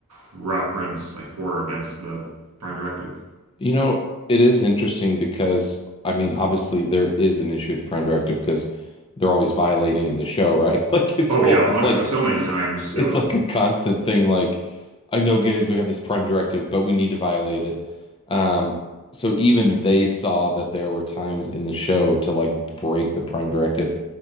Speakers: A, on the right; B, on the left.
A: preference like for or against the Prime Directive.
B: You know, it is interesting because, I mean, obviously there is an issue with the Prime Directive because they're always violating in the show, right? <laughs> Like, it's
A: Oh
B: always
A: yeah, a hundred,
B: like
A: so many times.
B: It's
A: Yeah,
B: like a constant thing. Like, I know, guys, we have this prime directive, but we need to violate it. Um, so even they saw that there were times in the show to like break the prime directive